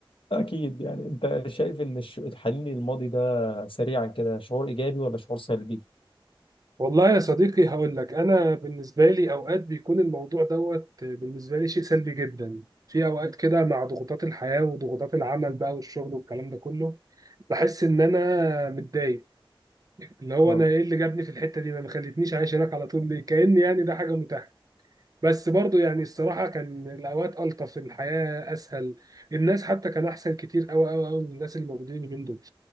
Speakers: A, on the left (about 70°); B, on the right (about 40°).
A: آه، اكيد يعني انت شايف ان الش- الحنين للماضي ده سريعا كده شعور ايجابي ولا شعور سلبي؟
B: والله يا صديقي هقول لك انا بالنسبه لي اوقات بيكون الموضوع دوت بالنسبه لي شيء سلبي جدا في اوقات كده مع ضغوطات الحياه وضغوطات العمل بقى والشغل والكلام ده كله بحس ان انا متضايق اللي هو
A: اه
B: انا ايه اللي جابني في الحته دي ما ما خلتنيش عايش هناك على طول ليه كاني يعني ده حاجه متاحه بس برضو يعني الصراحة كان الأوقات ألطف الحياة أسهل الناس حتى كان أحسن كتير أوي أوي أوي من الناس اللي موجودين اليومين دول